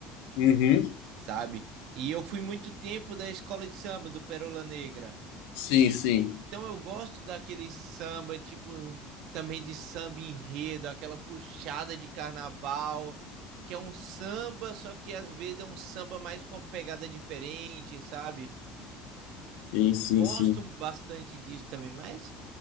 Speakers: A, on the left; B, on the right.
A: uhum.
B: sabe? E eu fui muito tempo da escola de samba do Pérola Negra.
A: Sim, sim.
B: Então eu gosto daquele samba, tipo, também de samba enredo, aquela puxada de carnaval, que é um samba, só que às vezes é um samba mais com uma pegada diferente, sabe?
A: Sim, sim,
B: Gosto
A: sim.
B: bastante disso também, mas